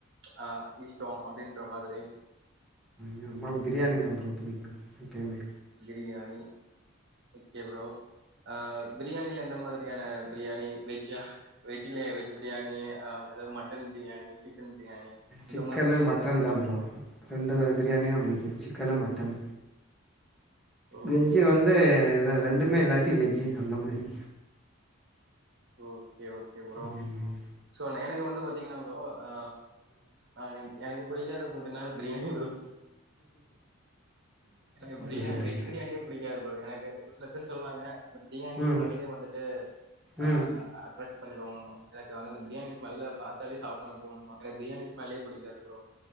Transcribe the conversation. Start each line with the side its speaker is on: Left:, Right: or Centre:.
Right: ஆ இஷ்டோ அப்டின்ற மாதிரி
Centre: நம்ளுக்கு பிரியாணி தா ப்ரோ புடிக்கு எப்பயுமே
Right: பிரியாணி ஒகே ப்ரோ ஆ பிரியாணில எந்த மாதிரியான பிரியாணி வெஜ்ஜா வெஜ்ல வெஜ் பிரியாணி ஏதாவது மட்டன் பிரியாணி சிக்கன் பிரியாணி இந்த
Centre: சிக்கனு
Right: மாதிரில
Centre: மட்டன்
Right: எந்த மாதிரி
Centre: தான் ரெண்டு வக பிரியாணி தா புடிக்கு சிக்கனு மட்டன்
Right: ஓ
Centre: வெஜ்ஜூ
Right: ஓகே
Centre: வந்து இத ரெண்டுமே இல்லாட்டி வெஜ்ஜு அந்த மாரி
Right: ஓகே ஓகே ப்ரோ
Centre: ம்
Right: சோ எனக் வந்து பாத்தீங்கனா ப்ரோ ஆ ஆ எனக் புடிக்காத ஃபுட்னா பிரியாணி ப்ரோ எனக்கு
Centre: அப்டி
Right: பிரியா
Centre: சொல்றீங்க
Right: வெஜ் பிரியாணியே புடிக்காது ப்ரோ எனக்கு சில பேர் சொல்வாங்க இந்த பிரியாணி
Centre: ம்
Right: ஸ்மெல்லயே வந்துட்டு அ
Centre: ம்
Right: அட்ராக்ட பண்ணிடு எனக்கு வந்அந்த பிரியாணி ஸ்மெல்ல பாத்தாலே சாப்டதா தோணு எனக் பிரியாணி ஸ்மெல்லே புடிக்காது அப்புறம்